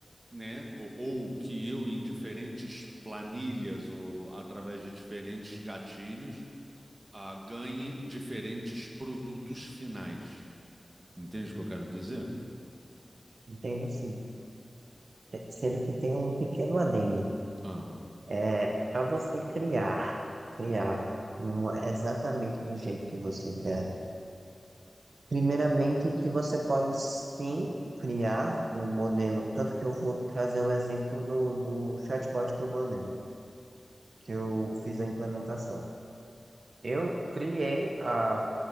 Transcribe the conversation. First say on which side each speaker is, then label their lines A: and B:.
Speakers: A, on the right (about 35°); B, on the right (about 75°).
A: né? Ou, ou que eu, em diferentes planilhas ou através de diferentes gatilhos, ah, ganhe diferentes produtos finais. Entende o que eu quero dizer?
B: Entendo sim. Te- Sendo que tem um pequeno adendo.
A: Ah.
B: É, para você criar, criar uma- exatamente do jeito que você quer Primeiramente, que você pode sim criar um modelo, tanto que eu vou trazer o exemplo do, do chatbot que eu mandei, que eu fiz a implementação. Eu criei a,